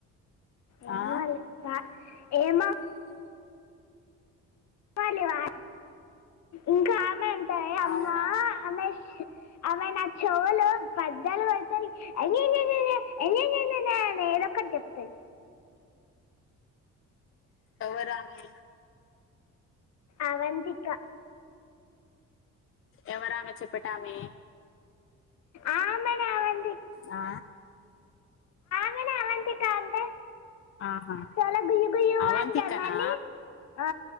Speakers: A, on the left; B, on the left.
A: ఏమ్
B: ఆ?
A: కాలే ఆ ఏం బావుం ఇస్తర్లు ఇయివ ఇంకా ఆమె ఉంటాయి అమ్మ
B: అవునా
A: అమేష్ ఆమె నా చెవులు బద్దలు కొడతది అయ్యయో <unintelligible> ఏదో ఒకటి అద్ చెప్తది
B: ఎవరు ఆమె
A: అవంతిక
B: ఎవరామె చెప్పటామె
A: ఆమెనె అవం
B: ఆ
A: ఆమెనె అవంతిక అంటే
B: ఆహా
A: చాలా గుయు గుయు
B: అవంతికనా
A: అంటది మళ్ళీ ఆ